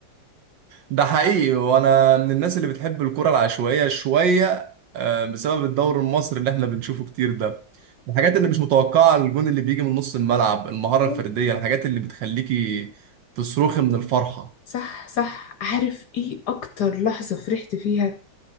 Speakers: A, on the right (about 65°); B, on the left (about 65°).
A: ده حقيقي وانا من الناس اللي بتحب الكرة العشوائية شوية آه، بسبب الدوري المصري اللي احنا بنشوفه كتير ده الحاجات اللي مش متوقعة الجون اللي بيجي من نص الملعب المهارة
B: <laughs>
A: الفردية الحاجات اللي بتخليكي تصرخي من الفرحة
B: صح صح عارف ايه اكتر لحظة فرحت فيها